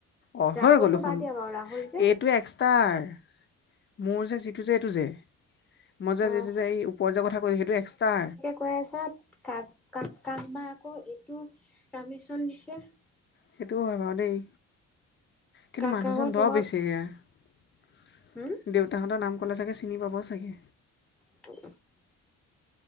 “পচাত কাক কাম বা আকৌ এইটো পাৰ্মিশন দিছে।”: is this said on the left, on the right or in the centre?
Centre